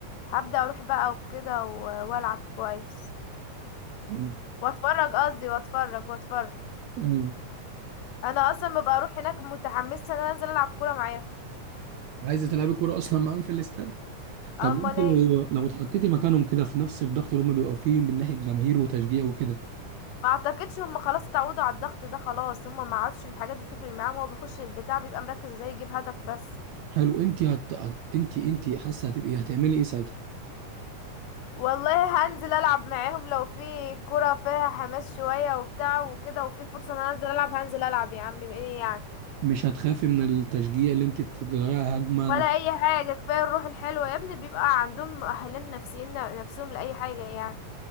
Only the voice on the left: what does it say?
هبدأ اروح بقى وكده و- والعب كويس
واتفرج قصدي واتفرج واتفرج
انا اصلا ببقى اروح هناك متحمسه ان انا انزل العب كوره معاهم
امال
ايه
ما اعتقدش هم خلاص اتعودوا على الضغط ده خلاص هم ما عادش الحاجات دي بتفرق معاهم هو بيخش البتاع بيبقى مركز ازاي يجيب هدف بس
والله هنزل العب معاهم لو في كرة فيها حماس شويه وبتاع وكده وفي فرصه ان انا انزل العب هنزل العب يا عم ايه يعني
ولا اي حاجه كفايه الروح الحلوه يا ابني بيبقى عندهم مؤهلات نفسيين نفسهم لاي حاجه يعني